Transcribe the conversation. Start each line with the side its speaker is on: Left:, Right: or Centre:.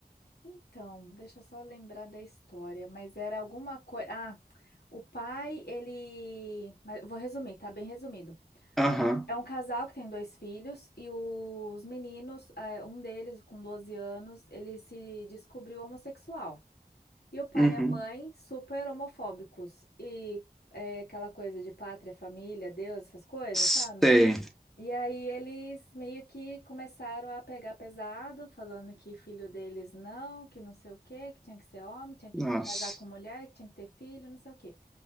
Left: Então, deixa eu só lembrar da história, mas era alguma coisa. Ah, o pai, ele. mas eu vou resumir, tá bem resumido.
Centre: Aham.
Left: É um casal que tem dois filhos e os meninos, eh, um deles com 12 anos, ele se descobriu homossexual. E o pai
Centre: Uhum.
Left: e a mãe super homofóbicos. E é aquela coisa de pátria, família, Deus, essas coisas,
Centre: Sei.
Left: sabe? E aí eles meio que começaram a pegar pesado, falando que filho deles não, que não sei o quê, que tinha que ser homem, tinha que
Centre: Nossa.
Left: casar com mulher, que tinha que ter filho, não sei o quê.